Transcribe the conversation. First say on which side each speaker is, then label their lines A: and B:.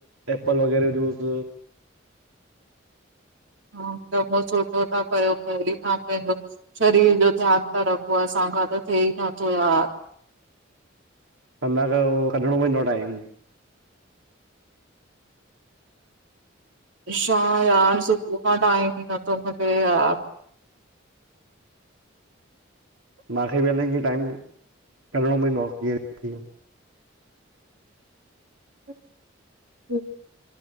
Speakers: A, on the right; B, on the right.
A: एपल वगैरह जूस।
B: ह चङो सुठो था कयो, पहिरी तहां पंहिंजो शरीर जो ध्यान ता रखो, असांखां त थिए ई नथो यार।
A: कंदा कयो, कढिणो पवंदो आ टाइम।
B: छा यार, सुबुह खां टाइम ई नथो मिले यार।
A: माखे बि अ न कि टाइम कढणो पवंदो आ जीअं तिंअ।
B: हम। <inaudible>